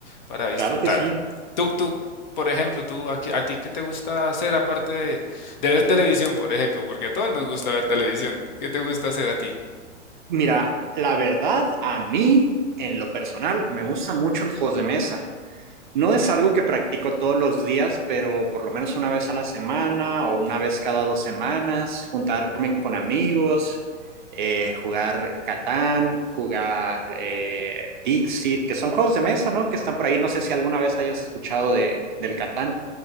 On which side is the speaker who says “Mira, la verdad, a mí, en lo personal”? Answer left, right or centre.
Right